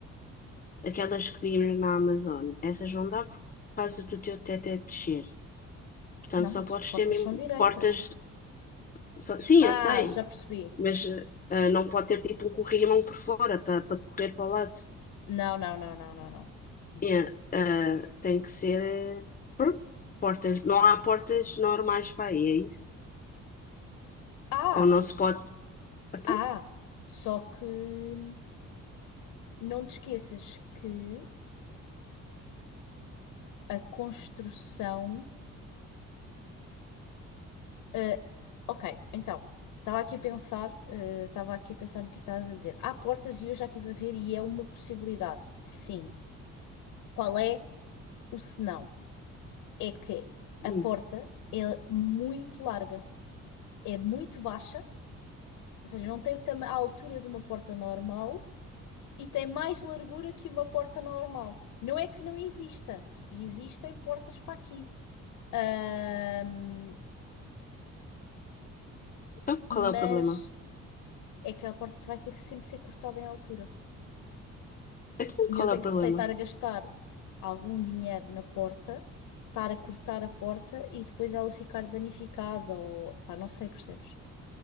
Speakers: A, on the left; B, on the left.
A: aquelas que vimos na Amazon. Essas não dá por causa do teu teto é descer. Portanto,
B: Não,
A: só
B: mas
A: podes
B: as portas
A: ter mesmo
B: são direitas.
A: portas. só- Sim,
B: Ah,
A: eu sei,
B: já percebi.
A: mas eh, ah, não pode ter tipo um corrimão por fora para correr para o lado.
B: Não, não, não, não, não, não. Não.
A: É, ah, tem que ser eh, pronto, portas. Não há portas normais para aí, é isso?
B: Ah,
A: Ou não se pode. Então?
B: ah, só que não te esqueças que a construção. eh, ok, então, estava aqui a pensar, eh, estava aqui a pensar no que estás a dizer. Há portas e eu já estive a ver e é uma possibilidade. Sim. Qual é o senão? É que a
A: Hum,
B: porta é muito larga, é muito baixa, ou seja, não tem o tama- a altura de uma porta normal e tem mais largura que uma porta normal. Não é que não exista, existem portas para aqui. Ahm,
A: Então, qual é o
B: mas
A: problema?
B: é que a porta vai ter que sempre ser cortada em altura.
A: Então,
B: E
A: qual
B: eu
A: é
B: tenho
A: o problema?
B: que receitar a gastar algum dinheiro na porta, estar a cortar a porta e depois ela ficar danificada ou pá, não sei, percebes?